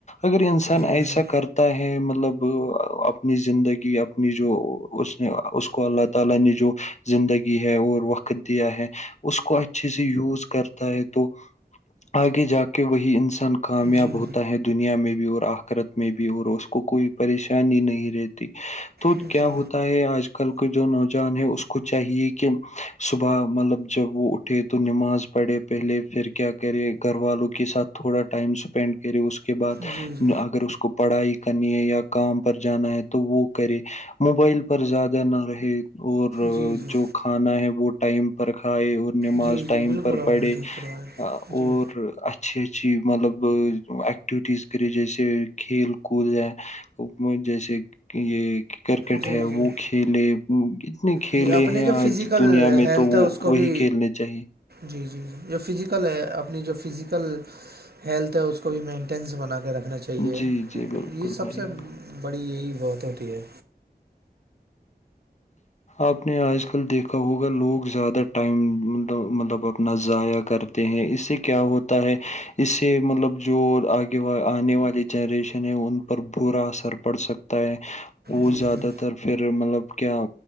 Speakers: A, on the left; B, on the right.
A: اگر انسان
B: جی
A: ایسا
B: جی
A: کرتا ہے مطلب اپنی زندگی اپنی جو اس نے اس کو اللہ تعالی ہے اور وقت دیا ہے اس کو اچھے سے یوز کرتا ہے تو آگے جا کے وہی انسان کامیاب
B: جی
A: ہوتا ہے دنیا میں بھی اور آخرت میں بھی اور اس کو کوئی پریشانی انی نہیں رہتی تو
B: جی
A: کیا
B: جی
A: ہوتا ہے آج کل کل کے جو نوجوان ہے اس کو چاہیے کہ صبح مطلب جب وہ اٹ ے تو نماز پڑے پہلے پھر کیا کرے گھر والوں کے ساتھ تھوڑا ٹائم اسپینڈ کرے اس کے کے بعد
B: جی جی
A: اگر اس کو پڑھائی کرنی ہے یا کام پر جانا ہے تو وہ کرے موبائل پر زیادہ نہ رہے اور
B: جی جی
A: جو کھانا ہے وہ ٹائم پر کھائے اور نماز
B: جی
A: ٹائم
B: جی بالکل
A: پر
B: آپ
A: پڑے
B: نے ٹھیک کروایا جی
A: اور اچھی اچھی مطلب ایکٹیویٹیز کرے جیسے کھیل کود ہے حکت جیسے یہ کرکٹ
B: جی
A: ہے
B: جی
A: وہ کھیلے کتنے کھیلے
B: جی اپنے
A: ہیں
B: جو
A: آج
B: فزیکل
A: دنیا میں
B: ہیلتھ
A: تو وہ
B: ہے اس کو
A: وہی
B: بھی
A: کھیلنے چاہیے
B: جی جی جی جو فزیکل ہے اپنی جو فزیکل ہیلتھ ہے اس کو بھی مینٹ ٹینس بنا کے رکھنا چاہیے
A: جی جی
B: یہ
A: بالکل
B: سب
A: بھائی
B: سے بڑی یہی بہت ہوتی ہے
A: آپ نے آج کل دیکھا کا ہوگا لوگ زیادہ ٹائم مطلب اپنا ضائع کرتے ہیں اس سے کیا ہوتا ہے اس سے مطلب جو آگےا آنے والی جنریشن ہے ان پر برا اثر پڑ سکتا ہے وہ
B: جی
A: زیادہ
B: جی
A: تر پھر مطلب کیا